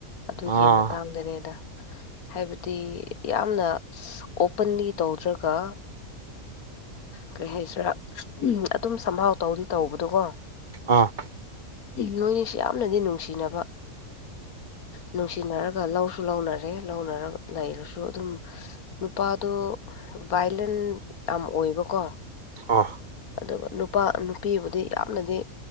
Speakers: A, on the left; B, on the right.
A: ꯑꯗꯨꯒꯤ
B: ꯑꯥ
A: ꯃꯇꯥꯡꯗꯅꯦꯗ ꯍꯥꯏꯕꯗꯤ ꯌꯥꯝꯅ ꯑꯣꯄꯟꯂꯤ ꯇꯧꯗ꯭ꯔꯒ ꯀꯔꯤ ꯍꯥꯏꯁꯤꯔꯥ ꯎ ꯑꯗꯨꯝ ꯁꯝꯍꯥꯎ ꯇꯧꯗꯤ ꯇꯧꯕꯗ‌ꯣꯀꯣ
B: ꯑ
A: ꯃꯣꯏꯅꯤꯁꯤ ꯌꯥꯝꯅꯗꯤ ꯅꯨꯡꯁꯤꯅꯕ ꯅꯨꯡꯁꯤꯅꯔꯒ ꯂꯧꯁꯨ ꯂꯧꯅꯔꯦ ꯂꯧꯅꯔ ꯂꯩꯔꯁꯨ ꯑꯗꯨꯝ ꯅꯨꯄꯥꯗꯣ ꯚꯥꯏꯂꯦꯟ ꯌꯥꯝ ꯑꯣꯏꯕꯀꯣ
B: ꯑ
A: ꯑꯗꯨꯒ ꯅꯨꯄꯥ ꯅꯨꯄꯤꯕꯨꯗꯤ ꯌꯥꯝꯅꯗꯤ